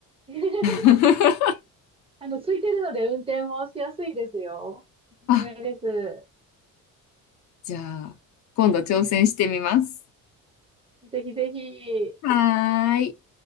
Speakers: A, on the right; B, on the left.
A: え。<laughs>
B: <laughs>
A: あの、ついてるので運転もしやすいですよ。おすすめです。
B: あ、じゃあ、今度挑戦してみます。
A: ぜひぜひ。
B: はーい。